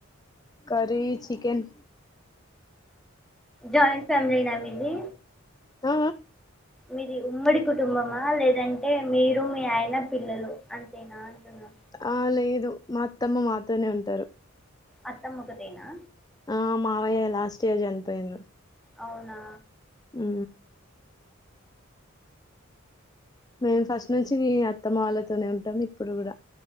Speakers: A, on the left; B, in the centre.
A: కర్రీ చికెన్
B: జాయింట్ ఫ్యామిలీనా మీది
A: ఆ
B: మీది ఉమ్మడి కుటుంబమా లేదంటే మీరు మీ ఆయన పిల్లలు అంతేనా అంటున్నా
A: ఆ లేదు మా అత్తమ్మ మాతోనే ఉంటారు
B: అత్తమ్మ ఒకటేనా
A: ఆ మావయ్య లాస్ట్ ఇయర్ చనిపోయిరు
B: అవునా
A: ఉ మేము ఫస్ట్ నుంచి అత్తమ్మ వాళ్ళతోనే ఉంటాం ఇప్పుడు కూడా